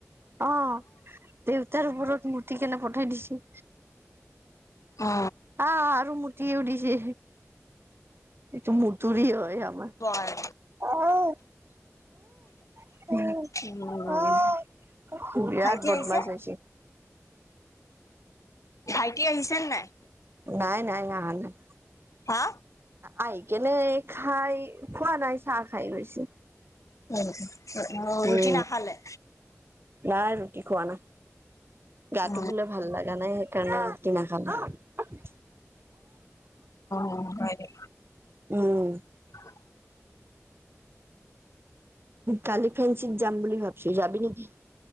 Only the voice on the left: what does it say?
অ
হয়
উম
ভাইটি
আহিছে
ভাইটি আহিছেনে নাই।
হা
উ ৰু
ৰুটি নাখালে।
অ
উম হয় দে।
<unintelligible>